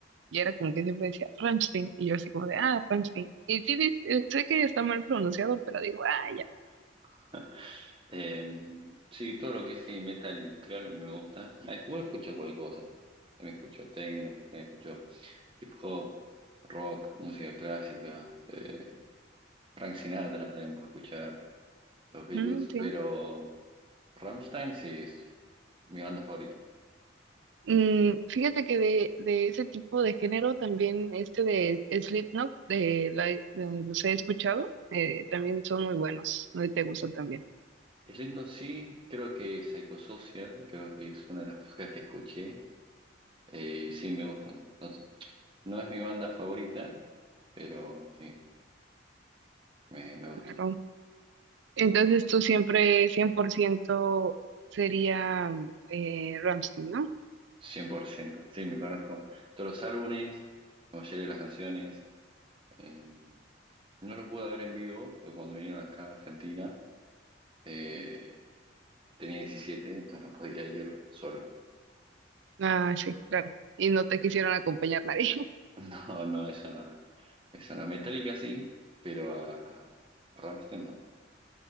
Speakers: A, on the right; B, on the right.
A: y era como que siempre decía Ramstein, y yo así como de, ah, Ramstein. Y sí, dis- eh, sé que está mal pronunciado, pero digo, ah, ya.
B: <laughs> Eh, sí, todo lo que es heavy metal industrial a mí me gusta. Eh, Igual escucho cualquier cosa. Me escucho techno, me escucho hip hop, rock, música clásica, eh, Frank Sinatra también puedo escuchar, los Beatles,
A: Mm, sí.
B: pero Rammstein sí es mi banda favorita.
A: Mm, fíjate que de, de ese tipo de género también este de Slipknot, de, la, de- los he escuchado, eh, también son muy buenos, no Y te gustan también.
B: Slipknot sí, creo que Psychosocial, creo que es una de las cosas que escuché. Eh, sí, me gustan. No sé, no es mi banda favorita, pero sí, me, me gusta.
A: claro. Entonces tú siempre 100% sería eh, Rammstein, ¿no?
B: cien por ciento Sí, me conozco todos los álbumes, como de las canciones. Eh, no lo pude ver en vivo, porque cuando vinieron acá a Argentina eh, tenía 17 entonces no podía ir solo. <laughs>
A: Ah, sí, claro. Y no te quisieron acompañar nadie. <laughs>
B: No, no, esa, esa no. Metallica sí, pero a, a Rammstein no.